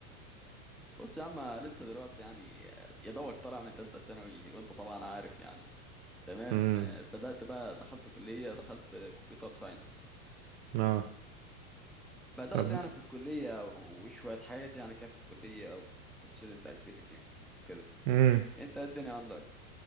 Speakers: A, in the centre; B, on the right.
A: بص يا عم لسه دلوقتي يعني يا دوبك طالع من تالتة ثانوي وانت طبعا عارف يعني تمام
B: امم
A: آه، بدأت بقى دخلت كلية دخلت كمبيوتر ساينس
B: اه
A: بدأت
B: طب
A: يعني في الكلية وشوية حاجات يعني كده في الكلية والستودنت اكتيفيتي وكده
B: امم
A: انت إيه الدنيا عندك